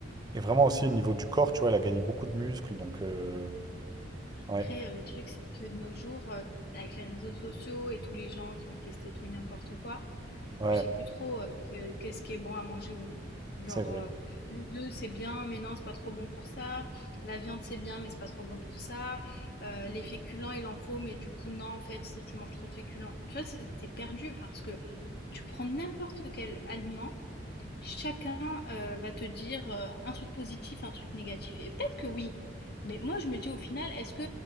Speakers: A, on the right; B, on the left.
A: Et vraiment aussi, au niveau du corps, tu vois, il a gagné beaucoup de muscles. Donc, euh, ouais,
B: Après, euh, le truc, c'est que de nos jours, euh, avec les réseaux sociaux et tous les gens qui ont testé tout et n'importe quoi,
A: ouais,
B: Tu sais plus trop euh, que- qu'est-ce qui est bon à manger ou non. Genre,
A: c'est vrai.
B: euh, les œufs, c'est bien, mais non, c'est pas trop bon pour ça. La viande, c'est bien, mais c'est pas trop bon pour ça. Euh, les féculents, il en faut, mais du coup, non, en fait, si tu manges trop de féculents. Tu vois, c'est c'est perdu parce que tu prends n'importe quel aliment chacun euh, va te dire euh, un truc positif, un truc négatif. Et peut-être que oui, mais moi je me dis au final, est-ce que